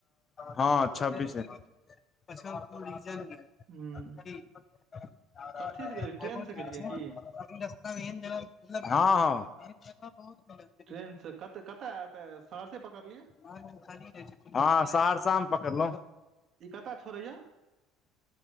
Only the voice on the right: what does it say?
हूँ कथीसँ गेलियै ट्रेनसँ गेलियै की
ट्रेन से कत-कतऽ एते सहरसे पकड़लियै?
ई कतऽ छोड़ैए?